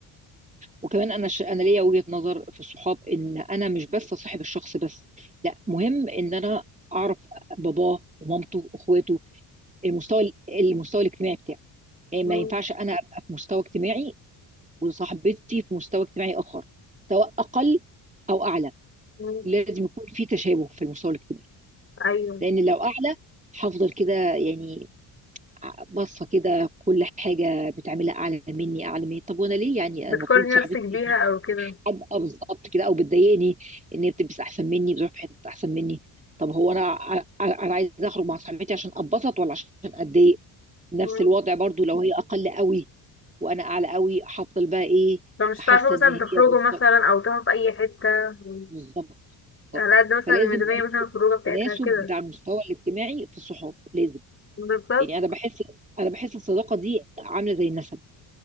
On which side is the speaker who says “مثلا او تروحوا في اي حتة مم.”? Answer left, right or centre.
Left